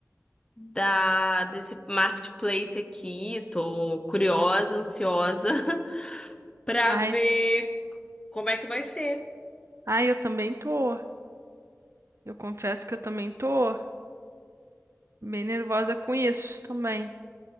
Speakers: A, on the left; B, on the right.
A: da desse marketplace aqui. Tô curiosa, ansiosa <laughs> pra
B: Ai,
A: ver como é que vai ser.
B: ai, eu também tô. Eu confesso que eu também tô bem nervosa com isso também.